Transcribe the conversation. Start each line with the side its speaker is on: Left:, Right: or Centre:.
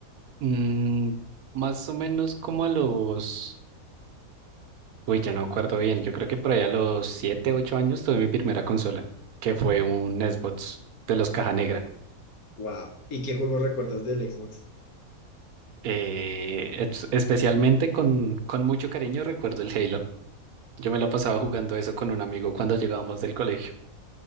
Right: Mm, más o menos como a los Uy, yo no acuerdo bien. Yo creo que por allá a los 7, 8 años tuve mi primera consola, que fue un Xbox de los Caja Negra.
Left: Wow. ¿Y qué juego recuerdas del Xbox?
Right: Eh, es- especialmente con, con mucho cariño recuerdo el Halo. Yo me la pasaba jugando eso con un amigo cuando llegábamos del colegio.